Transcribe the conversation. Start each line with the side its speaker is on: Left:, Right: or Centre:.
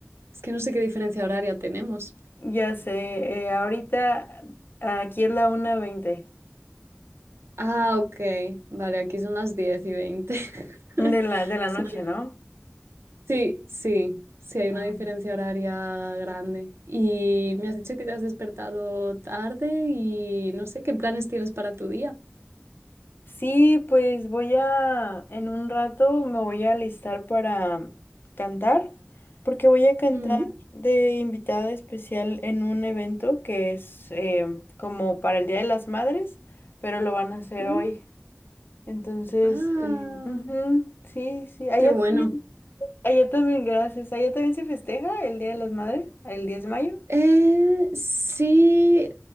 Right: Es que no sé qué diferencia horaria tenemos.
Left: Ya sé, eh, ahorita aquí es la una veinte
Right: Ah, ok. Vale, aquí son las 10 y 20. <laughs>
Left: de la, de la
Right: Es
Left: noche,
Right: una-
Left: ¿no?
Right: Sí, sí, sí, hay
Left: Ah.
Right: una diferencia horaria grande. Y me has dicho que te has despertado tarde y no sé qué planes tienes para tu día.
Left: Sí, pues voy a, en un rato me voy a alistar para cantar, porque voy a cantar
Right: Mm,
Left: de invitada especial en un evento que es eh, como para el Día de las Madres, pero lo van a hacer
Right: mm.
Left: hoy. Entonces,
Right: Ah,
Left: eh, ujú, sí, sí, allá
Right: qué bueno.
Left: también, allá también, gracias. Allá también se festeja el Día de las Madres, el 10 de mayo.
Right: Eh, sí,